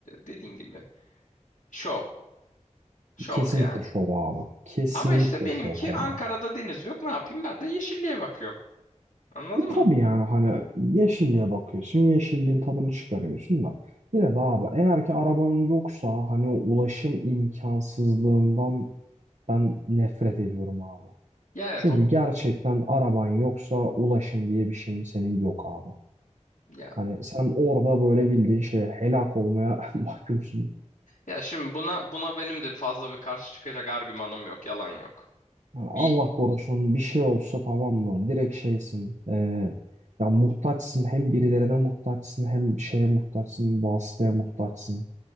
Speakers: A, on the left; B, on the right.
A: Dediğin gibi. Şov. Şov
B: Kesinlikle
A: yani.
B: şov abi. Kesinlikle
A: Ama işte benimki
B: şov hem
A: Ankara'da
B: de.
A: deniz yok. Ne yapayım ben de yeşilliğe bakıyorum. Anladın
B: E tabii
A: mı?
B: yani hani yeşilliğe bakıyorsun. Yeşilliğin tadını çıkarıyorsun da. Yine de abi eğer ki arabanın yoksa hani o ulaşım imkansızlığından ben nefret ediyorum abi.
A: Ya evet
B: Çünkü
A: o
B: gerçekten araban yoksa ulaşım diye bir şeyin senin yok abi.
A: ya.
B: Hani sen orada böyle bildiğin şeye helak olmaya <laughs> mahkumsun.
A: Ya şimdi buna buna benim de fazla bir karşı çıkacak argümanım yok. Yalan yok.
B: Yani
A: Bir
B: Allah korusun bir şey olsa tamam mı? Direkt şeysin. eee, ya muhtaçsın hem birilerine muhtaçsın hem şeye muhtaçsın vasıtaya muhtaçsın.